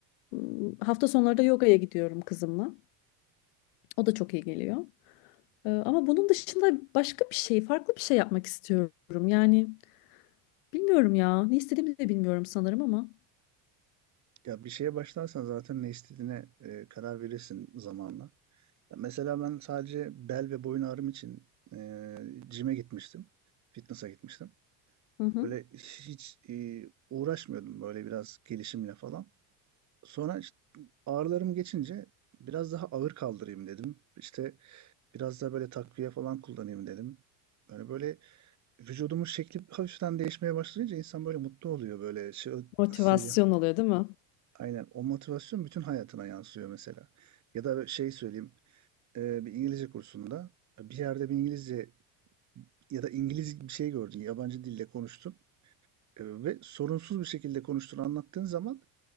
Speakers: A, on the left (about 80°); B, on the right (about 40°).
A: Hmm, Hafta sonları da yogaya gidiyorum kızımla. O da çok iyi geliyor. Ee, Ama bunun dışında başka bir şey, farklı bir şey yapmak istiyorum. Yani bilmiyorum ya. Ne istediğimi de bilmiyorum sanırım ama.
B: Ya bir şeye başlarsan zaten ne istediğine e, karar verirsin zamanla. Ya mesela ben sadece bel ve boyun ağrım için e, gym'e gitmiştim. Fitness'a gitmiştim.
A: Hı hı.
B: Böyle hiç e, uğraşmıyordum böyle biraz gelişimle falan. Sonra işte ağrılarım geçince biraz daha ağır kaldırayım dedim. İşte biraz daha böyle takviye falan kullanayım dedim. Yani böyle vücudumun şekli hafiften değişmeye başlayınca insan böyle mutlu oluyor böyle şey nasıl
A: Motivasyon
B: söyleyeyim
A: oluyor, değil mi?
B: Aynen. O motivasyon bütün hayatına yansıyor mesela. Ya da şey söyleyeyim. e, bir İngilizce kursunda e, bir yerde bir İngilizce ya da İngiliz bir şey gördün. Yabancı dille konuştun. e, ve sorunsuz bir şekilde konuştuğunu anlattığın zaman